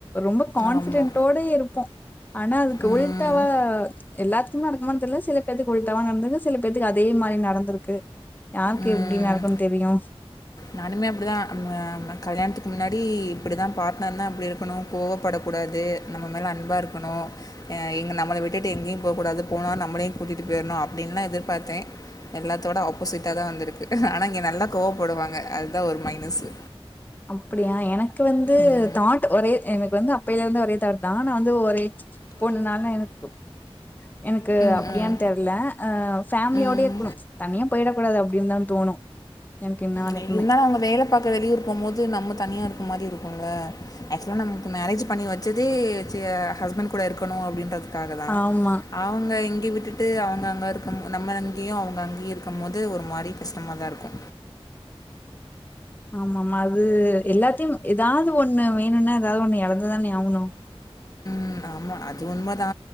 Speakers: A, on the left; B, on the left.
A: ரொம்ப கான்பிடென்டோடேயே
B: ஆமா.
A: இருப்போ ஆனா அதுக்கு
B: ம்.
A: உள் டாவா எல்லாத்துக்குமே நடக்குமான் தெர்ல சில பேத்துக்கு உள்ட்டவா நடந்தங்க சில பேத்துக்கு அதே மாதி நடந் ருக்கு யாருக்கு
B: ம்.
A: எப்டி நடக்குன் தெரியு
B: நானுமே அப்டிதா நம்ம கல்யாணத்துக்கு முன்னாடி இப்டி தா பாட்னர்னா அப்டி இருக்கணு கோவப்படக்கூடாது நம்ம மேல அன்பா இருக்கணு க எங்க நம்மள விட்டு எங்கயு போ கூடாது போனா நம்ளயு கூட்டிட்டு போய்ரணு அப்டின்லா எதிர்பாத்த எல்லாத்தோட ஆப்போசிட்டா தா வந்திருக்கு ஆனா இங்க நல்லா கோவப்படுவாங்க அதுதா ஒரு மைனஸு
A: அப்டியா எனக்கு வந்து
B: ம்.
A: தாட் ஒரே எனக்கு வந்து அப்பயிலே இருந்தே ஒரே தாட் தானா வந்து ஒரே பொண்ணு நால்ல எனக் எனக்கு
B: ம்.
A: அப்டியான்
B: ம்.
A: தெர்ல அ ஃபேமிலியோடே
B: ம்.
A: இருக்கணு தனியா போயிட கூடாது அப்டின்னு தா தோணு எனக்கு இன்ன வரைக்குமே
B: மெயின்னா அவங்க வேல பாக்க வெளியூர் போம் போது நம்ம தனியா இருக்க மாதி இருக்குல ஆக்சுவலா நமக்கு மரேஜ் பண்ணி வச் சதே ச ஹஸ்பண்ட் கூட இருக்கணு அப்டின்றதுக்காக தா
A: ஆமா
B: அவங்க இங்க விட்டுட்டு அவங்க அங்க இருக்க நம்ம அங்கயு அவங்க அங்கயு இருக்கும் போது ஒரு மாரி கஷ்டமா தா இருக்கு
A: ஆமா ஆமா அது எல்லாத்தையு ஏதாது ஒண்ணு வேணுனா ஏதாவது ஒண்ணு எழந்துதான ஆகணு
B: ம் ஆமா அது உண்ம தா